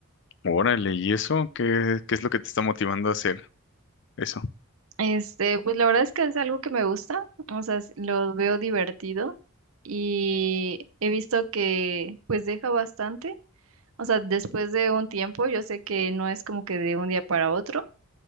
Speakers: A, on the left; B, on the right.
A: Órale, ¿y eso? ¿Qué, qué es lo que te está motivando a hacer eso?
B: Este, pues la verdad es que es algo que me gusta, o sea, s- lo veo divertido y he visto que pues deja bastante, o sea, después de un tiempo, yo sé que no es como que de un día para otro